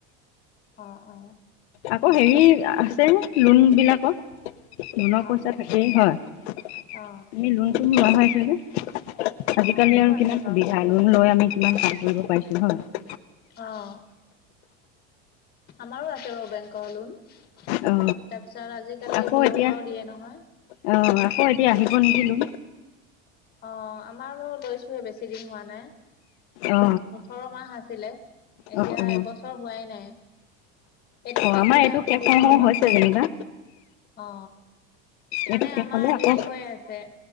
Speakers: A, on the left; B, on the left.
A: অ, অ,
B: আকৌ হেৰি আছে লোন বিলাকৰ লোনৰ
A: অ
B: পইচা
A: অ
B: থাকেই হয়
A: অ
B: আুমি লোনটো লগন্ভাইছেনে।
A: অ
B: আজিকালি
A: আমাৰো
B: আৰু
A: আছে
B: কিমান
A: বাৰু
B: সুবিধা লোন লৈ আমি কিমান কাম কৰিব পাৰিছোঁ হয়।
A: অ', আমাৰো আছে বাৰু বেংকৰ লোন। তাৰপিছত
B: অ
A: আজিকালি
B: আকৌ
A: ভিয়
B: এতিয়া
A: ৰ পৰাও দিয়ে নহয়।
B: অ', আকৌ এতিয়া আহিব নিদিলো
A: অ', আমাৰ বাৰু লৈছোহে বেছি দিন হোৱা নাই।
B: অ
A: ওঠৰ মাহ আছিলে এতিয়া
B: অ অ
A: এবছৰ হোৱাই নাই। এইটো
B: অ
A: শেষ
B: আমাৰ
A: হ'লে
B: এইটো
A: আকৌ
B: শেষ
A: দিব
B: হওঁ হওঁ
A: আমাক
B: হৈছে যেনিবা
A: অ'।
B: এইটো
A: মানে
B: শেষ
A: আমাৰ
B: হলে আকৌ
A: হেৰি হৈ আছে।